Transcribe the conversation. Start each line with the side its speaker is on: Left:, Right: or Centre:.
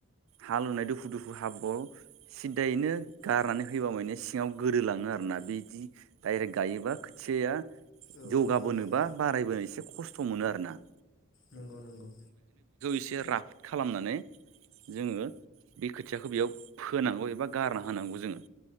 Right: हालुनाय दुफु दुफु हाब्रुआव सिदायैनो गारनानै होबा माने सिङाव गोदोलाङो आ रोना बिदि डायरेक्ट गायोबा खोथियाया
Left: औ
Right: जौगाबोनो
Left: औ औ
Right: बा बारायबोनो एसे खस्थ' मोनो आरो ना।
Left: नंगौ नंगौ
Right: एसे राफोद खालामनानै जोङो बे खोथियाखौ बेयाव फोनांगौ एबा गारना होनांगौ जोङो।